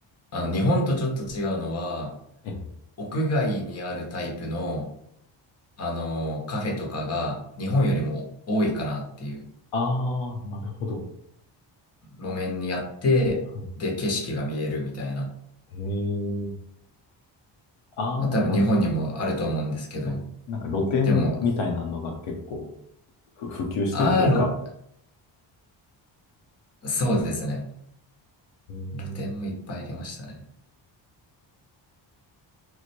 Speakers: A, on the left; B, on the left.
A: あの、日本とちょっと違うのは、
B: え、
A: 屋外にあるタイプの、あの、カフェとかが日本よりも多いかなっていう。
B: あー、なるほど。
A: 路面にあって、
B: は
A: で、景色が見えるみたいな。
B: い。へえ、あー、
A: まあ、多分日本にもあると思うんですけど。
B: なんて、はい。なんか露店みたいなのが結構
A: でも、
B: ふ普及してるというか。
A: ああ、ろそうですね。
B: へえ、
A: 露店もいっぱいありましたね。